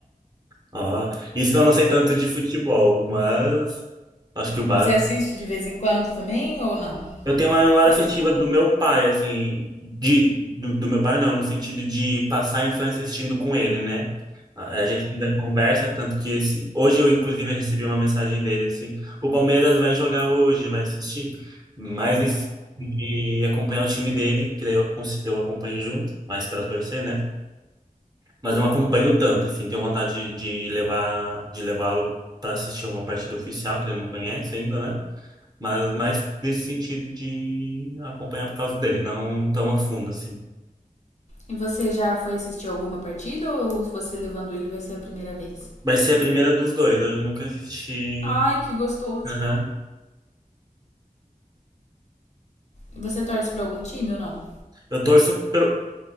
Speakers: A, on the right; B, on the left.
A: Ó, isso que eu não sei tanto de futebol, mas acho que o básico.
B: Você assiste de vez em quando também ou não?
A: Eu tenho uma memória
B: Bem
A: afetiva
B: de boa.
A: do meu pai, assim, de, do, do meu pai não, no sentido de passar a infância assistindo com ele, né? A a gente ainda conversa, tanto que esse, hoje eu inclusive recebi uma mensagem dele assim, o Palmeiras vai jogar hoje, vai assistir, mas nesse de acompanhar o time dele, que daí eu, acon- eu acompanho junto, mais para torcer, né? mas não acompanho tanto, assim, tenho vontade de, de levar, de levá-lo para assistir uma partida oficial, que ele não conhece ainda, né? Mas mais nesse sentido de acompanhar por causa dele, não tão a fundo, assim.
B: E você já foi assistir alguma partida ou você levando ele vai ser a primeira vez?
A: Vai ser a primeira dos dois, eu nunca assisti.
B: Ai, que gostoso!
A: Aham.
B: E você torce pra algum time ou não?
A: Eu torço pelo,